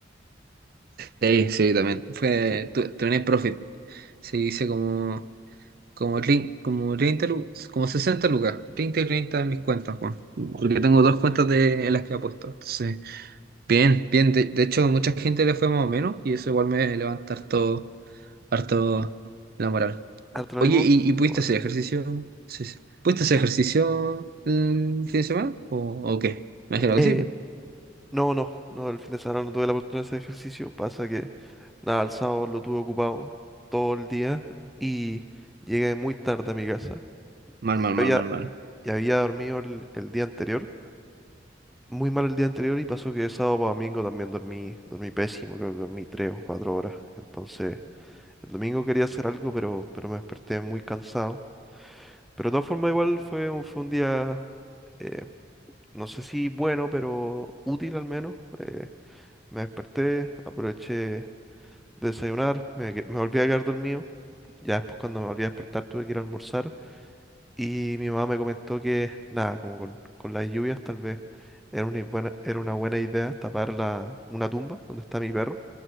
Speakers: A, on the right (about 55°); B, in the centre.
A: Sí, sí, también. Fue,
B: Sí,
A: tu- Tuning Profit. Se dice como. Como, trein- como 30 lu- como 60 lucas, 30 y 30 en mis cuentas, Juan. Porque tengo dos cuentas de, en las que he puesto. Entonces, bien, bien. De, de hecho, mucha gente le fue más o menos y eso igual me levanta harto, harto la moral.
B: harto lo
A: Oye,
B: mismo.
A: ¿y, y pudiste
B: Y Bueno,
A: hacer ejercicio? Sí, sí. ¿Pudiste hacer
B: eh,
A: ejercicio el fin de semana? ¿O, o qué? Me
B: eh,
A: imagino
B: eh,
A: que sí. pues.
B: no, no, no, el fin de semana no tuve la oportunidad de hacer ejercicio. Pasa que, nada, el sábado lo tuve ocupado todo el día y llegué muy tarde a mi casa.
A: Mal,
B: Y
A: mal,
B: ya
A: mal,
B: había,
A: mal, mal.
B: ya había dormido el, el día anterior muy mal el día anterior y pasó que de sábado para domingo también dormí, dormí pésimo, creo que dormí tres o cuatro horas. Entonces, el domingo quería hacer algo, pero, pero me desperté muy cansado. Pero de todas formas, igual fue un, fue un día, eh, no sé si bueno, pero útil al menos. Eh, me desperté, aproveché de desayunar, me, que- me volví a quedar dormido. Ya después cuando me volví a despertar tuve que ir a almorzar. Y mi mamá me comentó que, nada, como con, con las lluvias tal vez era una buena, era una buena idea tapar la, una tumba donde está mi perro,